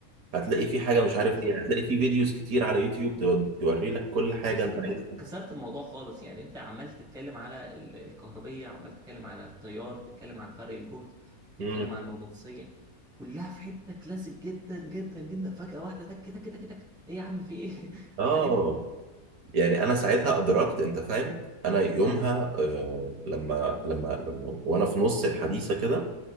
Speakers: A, on the right; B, in the centre.
A: هتلاقي في حاجه مش عارف
B: بالظبط
A: ايه هتلاقي في فيديوز كتير على يوتيوب تود- توري لك كل حاجه
B: اصل
A: انت
B: انت
A: عايزها
B: كسرت الموضوع خالص يعني انت عمال تتكلم على ال- الكهربية عمال تتكلم على التيار تتكلم عن فرق الجهد تتكلم
A: امم
B: عن المغناطيسية كلها في حتة كلاسيك جدا جدا جدا فجأة واحدة تك تك تك تك ايه يا عم في ايه <laughs>
A: اه
B: فاهم
A: يعني انا ساعتها ادركت انت فاهم انا يومها آه لما لما لما وانا في نص الحديثه كده